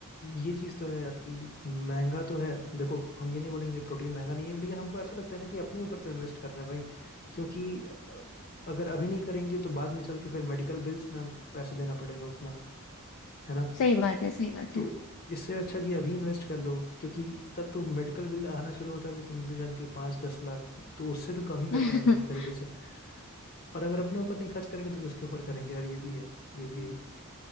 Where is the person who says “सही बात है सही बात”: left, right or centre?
Left